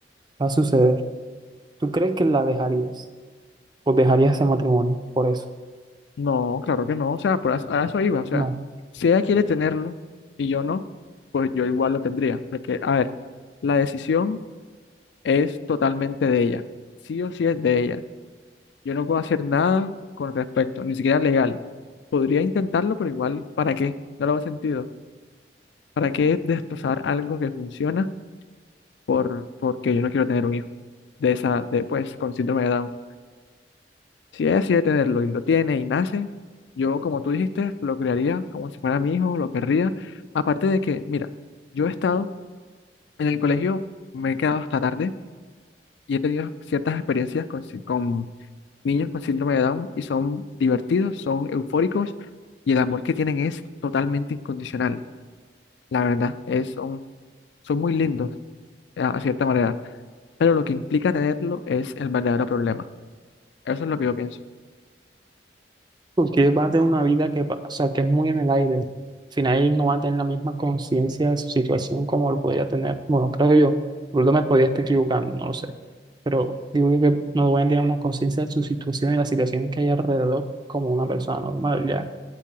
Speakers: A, on the right (about 25°); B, on the left (about 75°).
A: va a suceder. ¿Tú crees que la dejarías? ¿O dejarías ese matrimonio por eso?
B: No, claro que no, o sea, por as- a eso iba, o sea,
A: No.
B: si ella quiere tenerlo y yo no, pues yo igual lo tendría, porque, a ver, la decisión es totalmente de ella, sí o sí es de ella, yo no puedo hacer nada con respecto, ni siquiera legal, podría intentarlo, pero igual, ¿para qué? No le hago sentido, ¿para qué destrozar algo que funciona por, porque yo no quiero tener un hijo de esa, de, pues, con síndrome de Down? Si ella decide tenerlo y lo tiene y nace, yo, como tú dijiste, lo criaría como si fuera mi hijo, lo querría. Aparte de que, mira, yo he estado en el colegio, me he quedado hasta tarde y he tenido ciertas experiencias con, sí- con niños con síndrome de Down y son divertidos, son eufóricos y el amor que tienen es totalmente incondicional. La verdad, es, son, son muy lindos a, a cierta manera, pero lo que implica tenerlo es el verdadero problema. Eso es lo que yo pienso.
A: Porque va a tener una vida que, va- o sea, que es muy en el aire. Al final él no va a tener la misma conciencia de su situación como lo podría tener. Bueno, creo yo. Porque me podría estar equivocando, no lo sé. Pero digo yo que no voy a tener una conciencia de su situación y la situación que hay alrededor como una persona normal, ya.